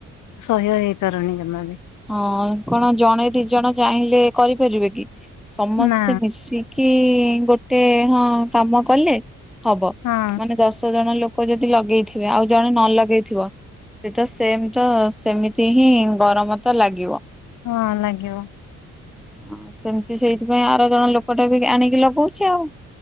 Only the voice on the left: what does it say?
ସହ୍ୟ ହେଇପାରୁନି, ଜମା ବି
ନା
ହଁ
ହଁ ଲାଗିବ।